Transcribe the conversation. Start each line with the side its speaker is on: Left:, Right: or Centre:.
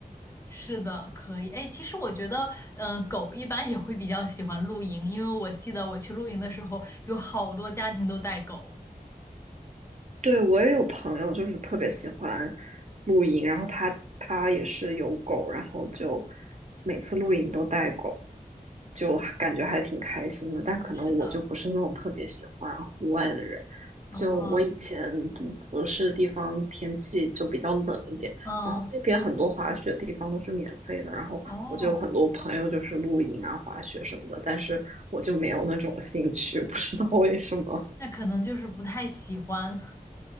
Left: 是的，可以。哎，其实我觉得，嗯、狗一般也会比较喜欢露营，因为我记得我去露营的时候，有好多家庭都带狗。
Right: 对，我也有朋友就是特别喜欢露营，然后他他也是有狗，然后就每次露营都带狗，就还感觉还挺开心的。但可能我就不是那种特别喜欢户外的人，
Left: 是的，嗯
Right: 就我以前读博士的地方天气就比较冷一点，
Left: 嗯嗯，
Right: 然后那边很多滑雪地方都是免费的，然后我就有很多朋友就是露营啊、
Left: 哦，
Right: 滑雪什么的，但是我就没有那种兴趣，不知道为什么。
Left: 那可能就是不太喜欢。